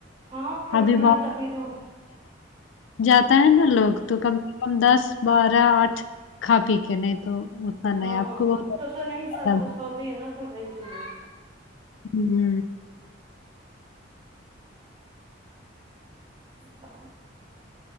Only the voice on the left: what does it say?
ابھی
بت
جاتا ہے
نا لوگ تو کم سے کم دس بارہ آٹھ کھا پی کے نہیں تو اتنا
نہیں آپ
کو بہت
اچھا
تھا۔
ہو